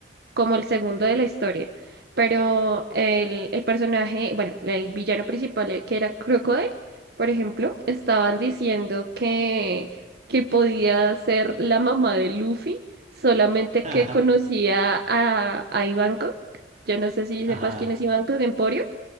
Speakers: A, on the right (about 55°); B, on the right (about 40°).
A: como el segundo de la historia. Pero el, el personaje, bueno, el villano principal, eh, que era Crocodile, por ejemplo, estaban diciendo que, que podía ser la mamá de Luffy, solamente
B: <laughs> Ajá,
A: que conocía a, a Ivankov. Yo no sé si
B: ajá.
A: sepas quién es Ivankov, Emporio